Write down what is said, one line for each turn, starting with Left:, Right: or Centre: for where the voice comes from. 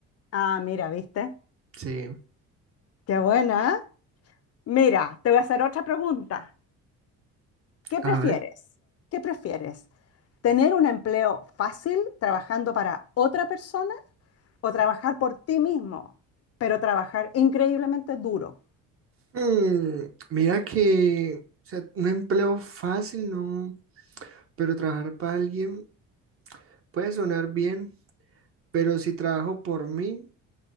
Left: Ah, mira, ¿viste?
Right: Sí.
Left: Qué buena. ¿eh? Mira, te voy a hacer otra pregunta. ¿Qué prefieres?
Right: A ver.
Left: ¿Qué prefieres? ¿Tener un empleo fácil trabajando para otra persona? o trabajar por ti mismo, pero trabajar increíblemente duro.
Right: Mm, mira que, o sea, un empleo fácil, ¿no? Pero trabajar para alguien puede sonar bien, pero si trabajo por mí,